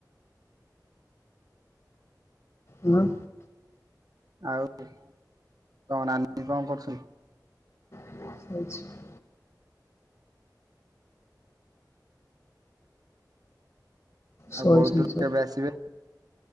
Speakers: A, on the left (about 50°); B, on the right (about 60°).
A: ହଁ।
B: <unintelligible>
A: <inaudible>
B: ଆଉ
A: ଶୋଇଛନ୍ତି
B: ବହୁତ ଦୂର
A: ସବୁ
B: କେବେ ଆସିବେ